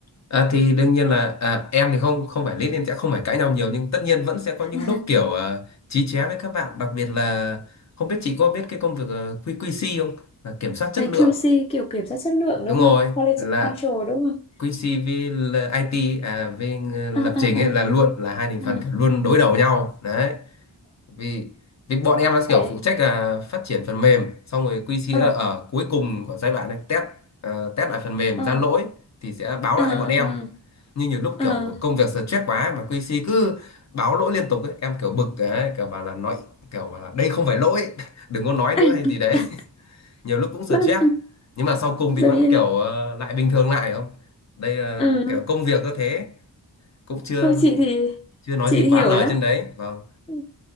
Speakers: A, on the left; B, on the left.
A: À, thì đương nhiên là à, em thì không không phải lý nên sẽ không phải cãi nhau nhiều nhưng tất nhiên vẫn sẽ có
B: <laughs>
A: những lúc kiểu à, chí chóe với các bạn đặc biệt là không biết chị có biết cái công việc à, QQC không là kiểm soát chất
B: Cái
A: lượng
B: QC kiểu kiểm soát chất lượng
A: đúng
B: đúng
A: rồi
B: không? Quality
A: là
B: control đúng không?
A: Quincy với l- IT à, với ng-
B: À, à,
A: lập trình ấy là luôn là hai thành phần
B: à, à.
A: kiểu luôn đối đầu nhau đấy vì vì bọn em là kiểu
B: Vậy
A: phụ trách là phát triển phần mềm xong rồi QC
B: ờ
A: là ở cuối cùng của giai đoạn này test ờ, test lại phần mềm
B: ờ
A: ra
B: <laughs>
A: lỗi thì sẽ báo
B: ờ
A: lại bọn em
B: ờ
A: nhưng nhiều lúc
B: ờ
A: kiểu
B: ờ
A: công việc stress quá ấy, mà QC cứ báo lỗi liên tục ấy em kiểu bực ấy, kiểu bảo là nói kiểu bảo là đây không phải lỗi <laughs> đừng có nói
B: ờ.
A: nữa hay gì đấy
B: <laughs>
A: nhiều lúc cũng stress
B: <laughs>
A: nhưng mà sau cùng thì
B: giống
A: vẫn
B: như
A: kiểu ờ, lại bình thường lại không đây là
B: à,
A: kiểu công việc có thế cũng chưa
B: không chị thì
A: chưa nói
B: chị
A: gì
B: hiểu
A: quá lời
B: lắm
A: trên đấy vâng
B: Ừ,